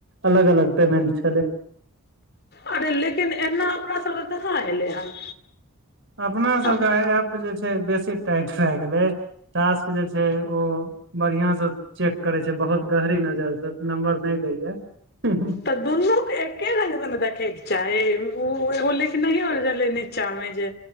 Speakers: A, on the right; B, on the left.
A: अलग अलग पेमेंट छलै।
B: अरे, लेकिन एना अपना सभके कहाँ एलै हन।
A: अपना सभ
B: आब
A: के आई एप जे छै बेसी टाइट भए गेलै। टास्क जे छै ओ बढ़िया स चेक करे छै बहुत गहरी नजर स। नम्बर नै दईये। हुं हुं
B: तऽ दुनूके एके रंग मे ने देखेके चाही ऊ एगो लिखनैयो छलै नीचा मे जे